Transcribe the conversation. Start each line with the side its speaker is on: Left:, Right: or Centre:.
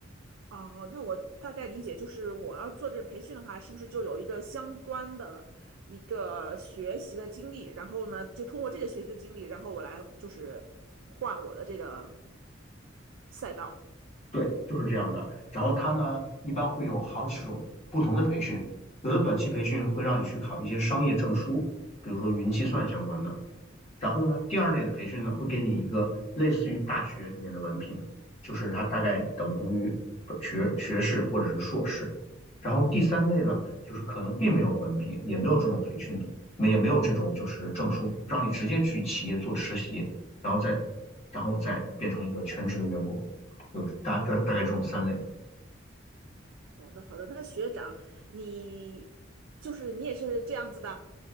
Right: 啊。那我大概理解，就是我要做这个培训的话，是不是就有一个相关的一个学习的经历？然后呢，就通过这个学习的经历，然后我来就是换我的这个赛道。
Left: 对，就是这样的。然后它呢，一般会有好几种不同的培训，有的短期培训会让你去考一些商业证书，比如说云计算相关的。然后呢，第二类的培训呢，会给你一个类似于大学里面的文凭，就是它大概等同于学学士或者是硕士。然后第三类呢，就是可能并没有文凭，也没有这种培训的，没也没有这种就是证书，让你直接去企业做实习，然后再然后再变成一个全职的员工，有大概大概这种三类。
Right: 好的，好的。那学长，你就是你也是这样子的，